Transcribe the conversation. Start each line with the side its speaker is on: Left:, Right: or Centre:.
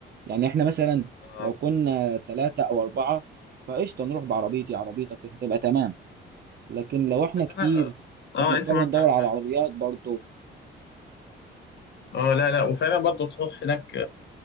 Right: يعني احنا مثلا
Left: آه
Right: لو كنا ثلاثة او اربعة فقشطة نروح بعربيتي عربيتك هتبقى تمام لكن لو احنا
Left: بس
Right: كتير
Left: انا اه
Right: هنضطر
Left: انت معاك
Right: ندور
Left: حق فعلا
Right: على عربيات برضه
Left: اه لا لا وفعلا برضه تروح هناك